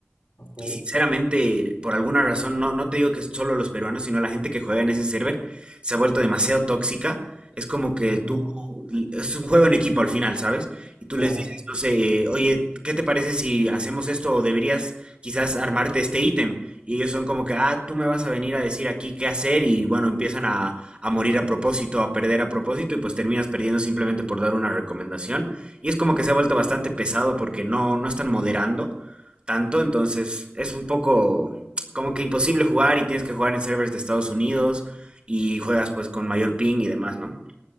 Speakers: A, on the left; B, on the right.
A: Ok.
B: y sinceramente, por alguna razón, no, no te digo que es solo los peruanos, sino la gente que juega en ese server se ha vuelto demasiado tóxica. Es como que
A: Mm,
B: tú, es un juego en equipo al final, ¿sabes? Y tú
A: claro,
B: les dices, no sé, oye, ¿qué te parece si hacemos esto o deberías quizás armarte este ítem? Y ellos son como que, ah, tú me vas a venir a decir aquí qué hacer y bueno, empiezan a, a morir a propósito, a perder a propósito y pues terminas perdiendo simplemente por dar una recomendación. Y es como que se ha vuelto bastante pesado porque no, no están moderando tanto, entonces es un poco como que imposible jugar y tienes que jugar en servers de Estados Unidos y juegas pues con mayor ping y demás, ¿no?